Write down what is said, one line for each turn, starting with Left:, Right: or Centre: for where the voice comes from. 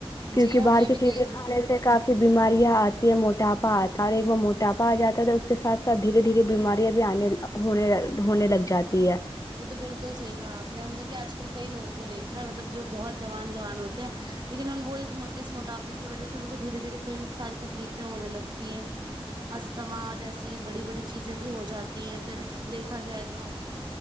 Left: کیونکہ
Right: جی ہم
Left: باہر
Right: نے
Left: کی
Right: بھی
Left: چیزیں
Right: دیکھ
Left: کھانے سے کافی بیماریاں آتی ہے موٹاپا آتا ہے اور ایک بار موٹاپا آ جا تھا اس کے ساتھ دھیرے دھیرے بیماریاں بھی آنے ہونے ہونے لگ جاتی ہے
Right: یہ تو بالکل صحیح کہا آپ نے ہم نے بھی آج کل کئی لوگوں کو دیکھا ہے مطلب جو بہت جوان جوان ہوتے ہیں لیکن ان وہ اس موٹاپے کی وجہ سے ان کو دھیرے دھیرے کئی ساری تکلیفیں ہونے لگتی ہے استھما جیسی بڑی بڑی چیزیں بھی ہو جاتی ہیں پھر دیکھا جائے تو